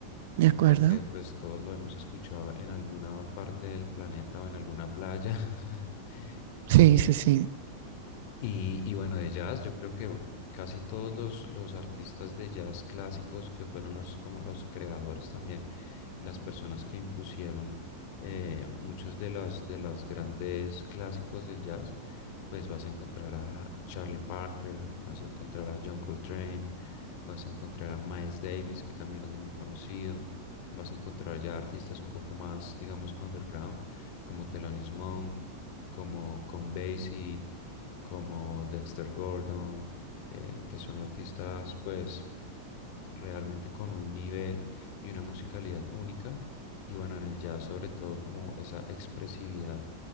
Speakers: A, on the right; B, on the left.
A: de
B: que
A: acuerdo.
B: creo que pues todos lo hemos escuchado en alguna parte del planeta o en alguna playa. <laughs>
A: Sí,
B: Em,
A: sí, sí,
B: y, y bueno, de jazz, yo creo que casi todos los, los artistas de jazz clásicos que fueron los, como los creadores también, y las personas que impusieron eh, muchos de los, de los grandes clásicos del jazz, pues vas a encontrar a Charlie Parker, vas a encontrar a John Coltrane, vas a encontrar a Miles Davis, que también es muy conocido, vas a encontrar ya artistas un poco más, digamos, underground, como Thelonious Monk, como Count Basie, como Dexter Gordon, eh, que son artistas pues realmente con un nivel y una musicalidad única, y bueno, en el jazz sobre todo como esa expresividad